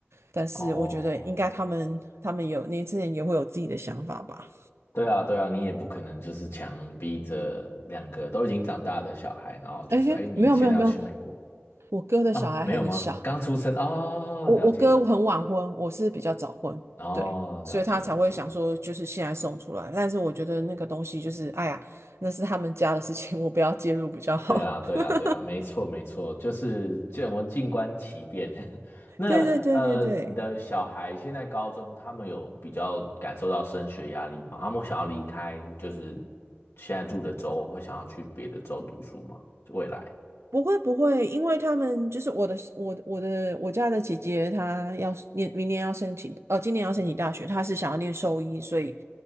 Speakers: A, on the right; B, on the left.
A: 但是我觉得应该他们他们有年轻人也会有自己的想法吧。
B: 哦，对啊，对啊，你也不可能就是强逼着两个都已经长大的小孩，然后就说：
A: 哎，
B: “哎，你现在要去美国
A: 没有没有没有，我哥的小孩很小，
B: 啊？没有吗？刚出生哦，
A: 我我哥很晚婚，
B: 了解了解，
A: 我是比较早婚，
B: 哦，
A: 对，所以他才会想说，
B: 了解了解。”
A: 就是现在送出来。但是我觉得那个东西就是，哎呀，那是他们家的事情，我不要介入比较好。
B: 对啊，对啊，
A: <laughs>
B: 对啊，没错没错，就是这我们静观其变。<laughs> 那呃，
A: 对对对对对，
B: 你的小孩现在高中，他们有比较感受到升学压力吗？他们想要离开，就是现在住的州，或想要去别的州读书吗？未来？
A: 不会不会，因为他们就是我的我我的我家的姐姐，她要念明年要申请，呃，今年要申请大学，她是想要念兽医，所以